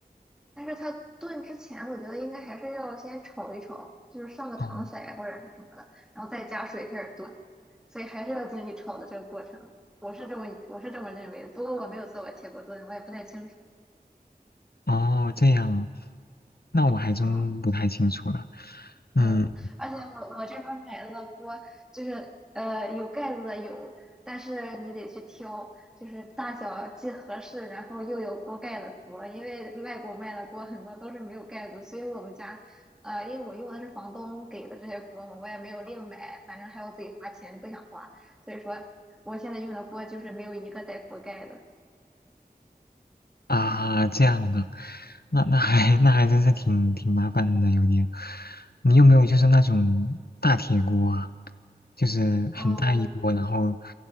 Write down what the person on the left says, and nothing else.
哦
哦，这样啊，那我还真不太清楚了。
嗯，
啊，这样的，那那还那还真是挺挺麻烦的，有点。你有没有就是那种大铁锅啊？就是很大一锅，
然后